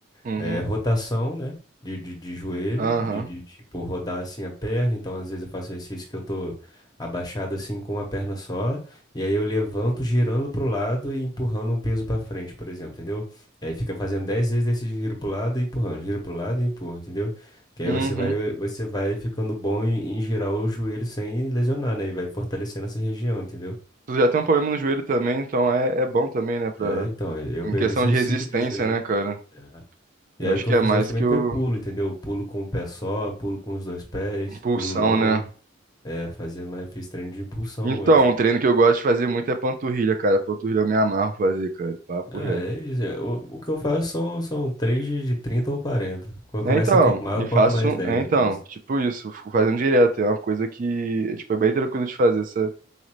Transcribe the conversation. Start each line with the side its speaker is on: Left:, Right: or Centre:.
Right: Uhum.
Left: É
Right: Uhum.
Left: rotação, né? De, de, de joelho,
Right: Aham.
Left: de, de tipo rodar assim a perna. Então, às vezes eu faço exercício que eu tô abaixado assim com uma perna só. E aí eu levanto girando pro lado e empurrando um peso pra frente, por exemplo, entendeu? E aí fica fazendo 10 vezes desse giro pro lado e empurrando, giro pro lado e empurra, entendeu? Que aí
Right: Uhum.
Left: você vai, você vai ficando bom em, em girar o joelho sem lesionar, né? E vai fortalecendo essa região, entendeu?
Right: Tu já tem um problema no joelho também, então é, é bom também, né? Pra
Left: É, então, eu,
Right: Em
Left: eu
Right: questão
Left: necessito
Right: de resistência,
Left: disso aí.
Right: né, cara?
Left: É.
Right: Eu
Left: E aí
Right: acho
Left: o que
Right: que
Left: eu
Right: é
Left: fiz
Right: mais
Left: hoje também
Right: que o
Left: foi pulo, entendeu? Pulo com um pé só, pulo com os dois pés,
Right: impulsão,
Left: pulo longe.
Right: né?
Left: É, fazer mais, fiz treino de impulsão
Right: Então,
Left: hoje.
Right: um treino que eu gosto de fazer muito é panturrilha, cara. Panturrilha eu me amarro fazer, cara. Papo
Left: Ah,
Right: reto.
Left: é isso. é, O, o que eu faço são, são 3 de, de 30 ou 40. Quando
Right: É,
Left: começa
Right: então,
Left: a queimar, eu
Right: e
Left: conto
Right: faço.
Left: mais 10,
Right: É, então,
Left: quinze.
Right: tipo isso, fico fazendo direto. É uma coisa que, tipo, é bem tranquilo de fazer, sabe?